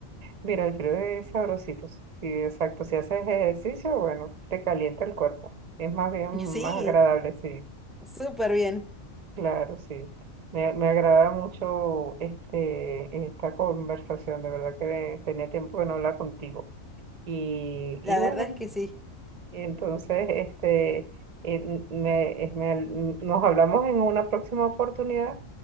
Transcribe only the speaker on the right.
Mira, el frío es sabrosito. Sí, exacto, si haces ejercicio, bueno, te calienta el cuerpo. Es más bien
más agradable, sí.
Claro, sí. Me, me agrada mucho este, esta conversación, de verdad que tenía tiempo de no hablar contigo. Y,
y bueno,
Y entonces, este, en- me, es- me- nos hablamos en una próxima oportunidad